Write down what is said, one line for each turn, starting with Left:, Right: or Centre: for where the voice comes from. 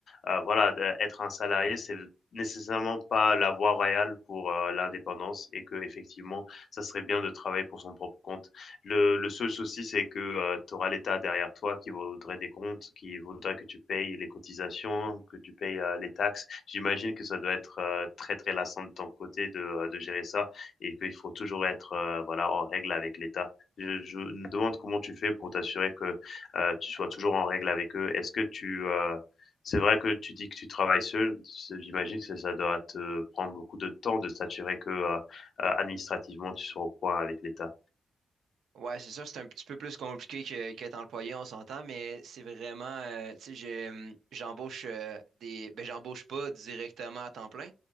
Left: heu, voilà, de être un salarié, c'est nécessairement pas la voie royale pour, heu, l'indépendance et que effectivement, ça serait bien de travailler pour son propre compte. Le le seul souci, c'est que, heu, tu auras l'État derrière toi qui voudrait des comptes, qui voudrait que tu payes les cotisations, que tu payes, heu, les taxes. J'imagine que ça doit être, heu, très, très lassant de ton côté de, heu, de gérer ça et qu'il faut toujours être, heu, voilà, en règle avec l'État. Je je me demande comment tu fais pour t'assurer que, heu, tu sois toujours en règle avec eux? Est-ce que tu, heu c'est vrai que tu dis que tu travailles seul, ce j'imagine que ça ça doit te prendre beaucoup de temps de s'assurer que, heu, heu, administrativement, tu sois au point avec l'État.
Right: Ouais, c'est sûr, c'est un petit peu plus compliqué que qu'être employé, on s'entend, mais c'est vraiment, euh, tu sais, j'ai, hum, j'embauche euh, des, ben j'embauche pas directement à temps plein,